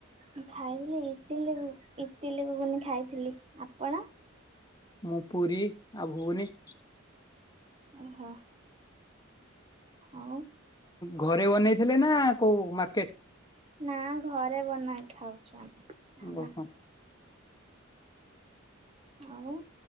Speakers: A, on the right; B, on the left.
A: ମୁଁ ଖାଇଥିଲି ଇଟିଲି, ଇଟିଲି ଗୁଗୁନି ଖାଇଥିଲି। ଆପଣ?
B: ମୁଁ ପୁରୀ ଆଉ ଘୁଗୁନି।
A: ଓହୋ। ଆଉ।
B: ଘରେ ବନେଇଥିଲେ ନା କୋଉ ମାର୍କେଟ?
A: ନା ଘରେ ବନେଇ ଖାଉଛୁ ଆମେ
B: ଓହୋ
A: ଆମେ ଆଉ